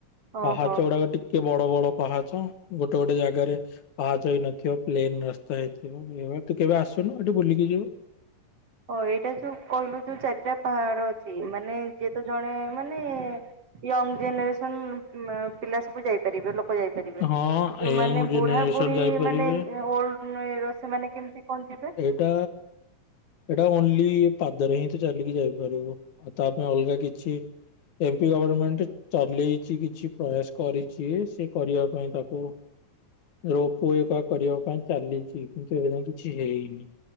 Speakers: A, on the right; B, on the left.
A: ଓହୋ।
B: ପାହାଚ ଗୁଡାକ ଟିକେ ବଡ ବଡ ପାହାଚ ଗୋଟେ ଗୋଟେ ଜାଗାରେ ପାହାଚ ହେଇ ନଥିବ ପ୍ଲେନ ରାସ୍ତା ହେଇଥିବ ଏ ତୁ କେବେ ଆସୁ ଆସୁନୁ ଏଠି ବୁଲିକି ଯିବୁ
A: ହ ଏଇଟା ଯୋଉ କହିଲୁ ଯୋଉ ଚାରିଟା ପାହାଡ ଅଛି ମାନେ ଯିଏ ତ ଜଣେ ମାନେ ୟଙ୍ଗ ଜେନେରେସନ ପିଲା ସବୁ ଯାଇପାରିବେ ଲୋକ <unintelligible>
B: ହଁ
A: ଯୋଉମାନେ
B: ୟଙ୍ଗ ଜେନେରେସନ
A: ବୁଢା ବୁଢୀ
B: ଯାଇପାରିବେ
A: ମାନେ ଓଡ ର ସେମାନେ କେମିତି କଣ ଯିବେ?
B: ତ ଏଇଟା ଓନ୍ଲି ପାଦରେ ହିଁ ତ ଚାଲିକି ଯାଇପାରିବ ଆଉ ତା ପାଇଁ ଅଲଗା କିଛି ଏମପି ଗଭର୍ଣମେଣ୍ଟ ଚଲେଇଛି କିଛି ପ୍ରୟାସ କରିଛି ସେ କରିବା ପାଇଁ ତାକୁ ରୋପ ଏକ କରିବା ପାଇଁ ଚାଲିଛି କିନ୍ତୁ ଏବେ ଯା କିଛି ହେଇନି